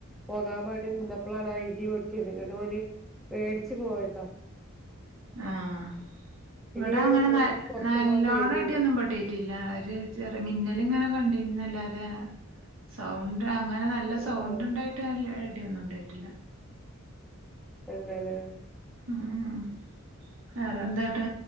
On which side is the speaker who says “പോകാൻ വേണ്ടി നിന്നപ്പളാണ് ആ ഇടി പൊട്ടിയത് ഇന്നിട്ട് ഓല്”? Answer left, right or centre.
Centre